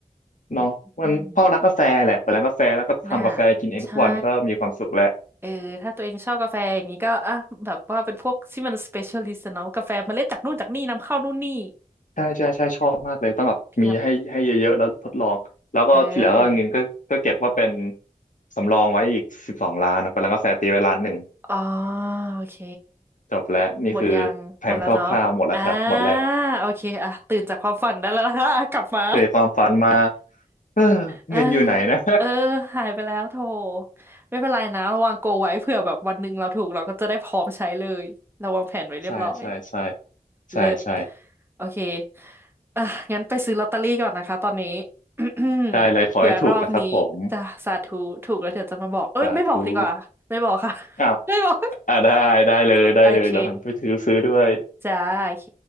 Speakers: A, on the right; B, on the left.
A: อืม
B: เนาะมันพ่อร้านกาแฟแหละเปิดร้านกาแฟแล้วก็ทำกาแฟกินเองทุกวันก็มีความสุขแล้ว
A: น่าใช่เออถ้าตัวเองชอบกาแฟอย่างนี้ก็อ่ะแบบว่าเป็นพวกที่มัน specialist อะเนาะกาแฟเมล็ดจากนู่นจากนี่นำเข้านู่นนี่
B: ใช่ใช่ใช่ชอบมากเลยต้องแบบมีให้ให้เยอะๆแล้วทดลองแล้วก็ทีเหลังก็เงินก็ก็เก็บว่าเป็น
A: เพียบเออ
B: สำรองไว้อีกสิบสองล้านนะไปร้านกาแฟตีไว้ล้านหนึ่ง
A: อ๋อโอเค
B: จบแล้วนี่คือ
A: หมดยังหมดแล้วเนาะอ่า
B: แผนคร่าวๆหมดแล้วครับหมดแล้ว
A: โอเคอ่ะตื่นจากความฝันได้แล้วนะคะอ่ะ <laughs> กลับมา
B: เกิดความฝันมา <sighs> เออเงินอยู่ไหนนะ
A: เออเออ หายไปแล้วโถไม่เป็นไรนะระวังโกไว้เผื่อแบบวันหนึ่งเราถูกเราก็จะได้พร้อมใช้เลยเราวางแผนไว้เรียบร้อย
B: <laughs> ใช่ใช่ใช่ใช่ใช่
A: เลิศโอเคอ่ะงั้นไปซื้อลอตเตอรี่ก่อนนะคะตอนนี้ <coughs>
B: ได้เลยขอให้ถูกนะครับผม
A: เผื่อรอบนี้จะสาธุถูกแล้วเดี๋ยวจะมาบอก เอ้ยไม่บอกดีกว่า
B: สาธุ
A: ไม่บอกค่ะ <laughs>
B: อ้าว
A: ไม่บอก
B: อ่าได้ได้เลยได้เลยเดี๋ยวผมไปถือซื้อด้วย
A: <laughs> โอเคจ้าโอเค